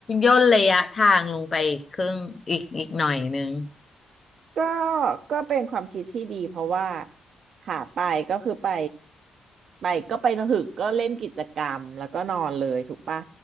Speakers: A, on the left; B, on the right.
A: ย่นระยะทางลงไปครึ่งอีกอีกหน่อยนึง
B: ก็ก็เป็นความคิดที่ดีเพราะว่าขาไปก็คือไปไปก็ไปนะหึกก็เล่นกิจกรรมแล้วก็นอนเลยถูกปะ